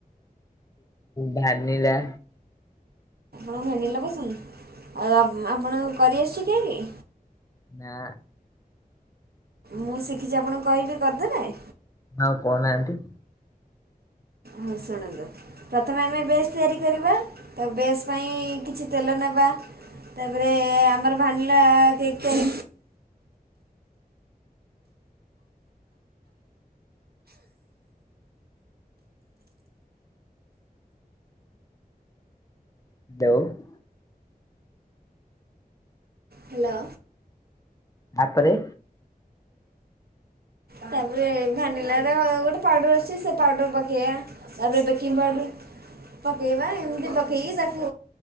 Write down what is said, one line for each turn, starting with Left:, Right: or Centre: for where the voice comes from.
Left: ଭାନିଲା।
Right: ଆପଣଙ୍କୁ ଭାନିଲା ପସନ୍ଦ ଆଉ ଆପଣଙ୍କୁ କରିଆସୁଛି କେକ?
Left: ନା।
Right: ମୁଁ ଶିଖିଛି ଆପଣଙ୍କୁ କହିବି କରିଦେବେ।
Left: ଆଉ କହୁନାହାନ୍ତି।
Right: ହଉ ଶୁଣନ୍ତୁ ପ୍ରଥମେ ଆମେ ବେଶ ତିଆରି କରିବା ତ ବେଶ ପାଇଁ କିଛି ତେଲ ନେବା ତାପରେ ଆମର ଭାନିଲା କେକ୍ ଟା
Left: <unintelligible>
Right: ହ୍ୟାଲୋ।
Left: ତାପରେ
Right: ତାପରେ ଭାନିଲାର ଗୋଟେ ପାଉଡ଼ର ଆସୁଛି ସେ ପାଉଡ଼ର ପକେଇବା। ତାପରେ ବେକିଂ ପାଉଡର। ପକେଇବା ଏମିତି ପକେଇକି ତାକୁ